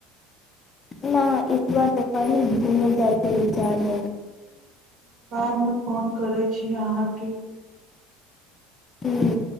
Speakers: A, on the left; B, on the right.
A: ना इस बार त कहीं घूमे जाय के विचार नै
B: हमर फोन करैय छी अहाँके
A: हूँ